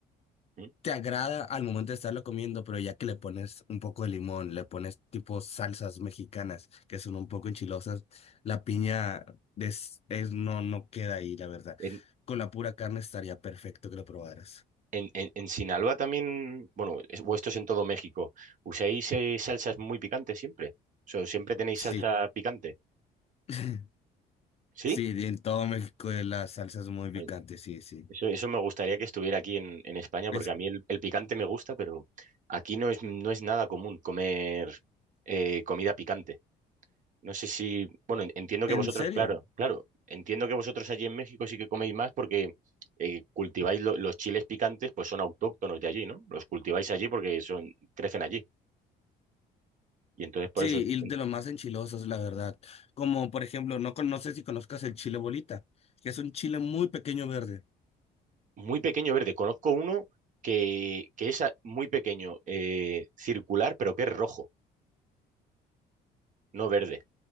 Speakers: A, on the right; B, on the left.
A: ¿Mm?
B: te agrada al momento de estarlo comiendo, pero ya que le pones un poco de limón, le pones tipo salsas mexicanas que son un poco enchilosas, la piña es, es- no, no queda ahí, la verdad.
A: En-
B: Con la pura carne estaría perfecto que lo probaras.
A: En, en- en Sinaloa también, bueno, es- o esto es en todo México, ¿usáis eh, salsas muy picantes siempre? O sea, ¿siempre tenéis
B: Sí,
A: salsa picante?
B: <laughs>
A: ¿Sí?
B: sí, en todo México eh, las salsas muy picantes,
A: Ay,
B: sí, sí.
A: Eso, eso me gustaría que estuviera aquí en, en España,
B: Es,
A: porque a mí el, el picante me gusta, pero aquí no es, no es nada común comer eh, comida picante. No sé si, bueno, en- entiendo
B: ¿en
A: que vosotros,
B: serio?
A: claro, claro, entiendo que vosotros allí en México sí que coméis más porque eh, cultiváis lo- los chiles picantes, pues son autóctonos de allí, ¿no? Los cultiváis allí porque son, crecen allí. Y entonces por
B: Sí,
A: eso,
B: y
A: en-
B: de los más enchilosos, la verdad. Como por ejemplo, no, con- no sé si conozcas el chile bolita, que es un chile muy pequeño verde.
A: muy pequeño verde. Conozco uno que, que es a- muy pequeño, eh, circular, pero que es rojo, no verde.